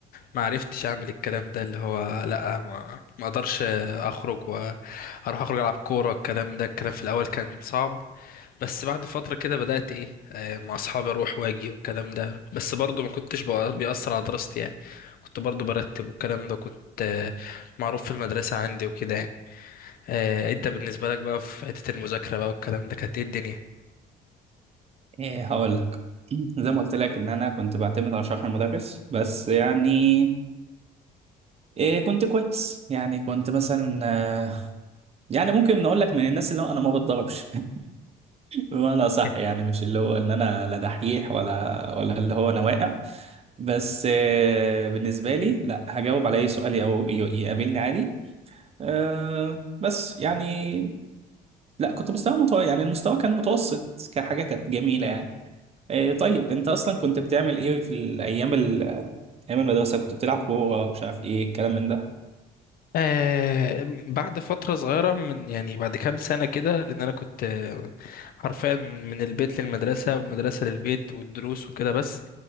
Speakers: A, on the left; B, on the right.
A: ما عرفتش أعمل الكلام ده اللي هو لأ ما ما أقدرش أخرج وأروح أخرج ألعب كورة الكلام ده الكلام في الأول كان صعب بس بعد فترة كده بدأت ايه آه، مع اصحابي اروح واجي والكلام ده بس برضو ما كنتش بقى- بيأثر على دراستي يعني كنت برضو برتب والكلام ده كنت آه، معروف في المدرسة عندي وكده يعني آه، انت بالنسبة لك بقى في حتة المذاكرة بقى والكلام ده كانت ايه الدنيا
B: ايه هقول لك <clears throat> زي ما قلت لك ان انا كنت بعتمد على شرح المدرس بس يعني إيه كنت كويس يعني كنت مثلا آه، يعني ممكن نقول لك من الناس اللي هو انا ما بتضربش <laughs> بمعنى
A: <laughs>
B: صح يعني مش اللي هو ان انا لا دحيح ولا ولا اللي هو انا واقع بس آه، بالنسبه لي لا هجاوب على اي سؤال او ي- يقابلني عادي آه، بس يعني لا كنت مستوى متو... يعني المستوى كان متوسط كحاجه كانت جميله يعني إيه طيب انت اصلا كنت بتعمل ايه في الايام ال- ايام المدرسه كنت بتلعب كوره مش عارف ايه الكلام من ده
A: آه بعد فترة صغيرة من يعني بعد كام سنة كده لأن أنا كنت آه، حرفيا من البيت للمدرسة والمدرسة للبيت والدروس وكده بس